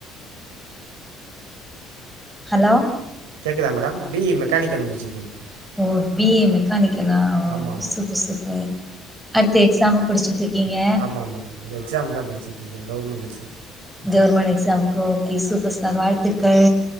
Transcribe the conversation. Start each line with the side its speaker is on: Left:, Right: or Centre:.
Centre: ஹலோ
Right: கேக்குதா மேடம் பி ஈ மெக்கானிக்கல் முடிச்சிருக்கே மேடம்
Centre: ஓ பி ஈ மெக்கானிக் கலா
Right: ஆமாம் மேடம்
Centre: சூப்பர் சூப்பர் அடுத்து எக்ஸாமுக்கு படிச்சுட்ருக்கீங்க
Right: ஆமாம் மேடம் யிந்த எக்ஸாம் தான படிச்சுட்டுருக்கே கவர்மெண்ட் எக்ஸாம்
Centre: கவர்மெண்ட் எக்ஸாம்க்கு ஓகே சூப்பர் சார் வாழ்த்துக்கள்